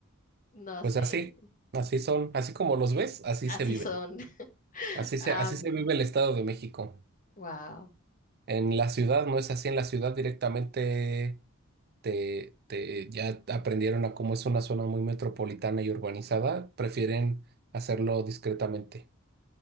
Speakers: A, on the left; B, on the right.
A: no
B: Pues
A: sé,
B: así, así son, así como los ves, así
A: así
B: se viven.
A: son. <laughs>
B: Así
A: Ah,
B: se, así
A: mira,
B: se vive el Estado de México.
A: wow,
B: En la ciudad no es así, en la ciudad directamente. te, te- ya aprendieron a cómo es una zona muy metropolitana y urbanizada, prefieren hacerlo discretamente.